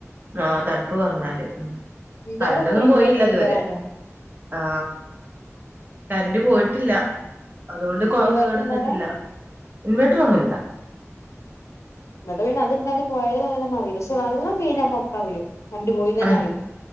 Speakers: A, on the right; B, on the left.
A: ആ തണുപ്പ് കുറഞ്ഞാല് ആ
B: ഇന്റോടൊക്കെ
A: കറന്റെ ന്നും
B: വലിയ
A: പോയീല്ല
B: ഫീസറാണ്
A: ഇതുവരെ ആ കറന്റ് പോയി ട്ടില്ല അതുകൊണ്ട് കോവാ
B: ഇൻവേർട്ടർ
A: കേടന്നിട്ടില്ല
B: ഉണ്ട് അവിടെ
A: ഇൻ വേട്ട റൊന്നുല്ല
B: ന്നട്ട് പിന്നെ അത്‌ ണ്ടാന്ന് പോയത് ങ്ങനെ അറീലപക്ഷെ വെള്ളം പിഞ്ഞേനമ്മ ക്ക അറിയും കണ്ടു പോയിന്നെന്നെ
A: ഏഹ്
B: പറി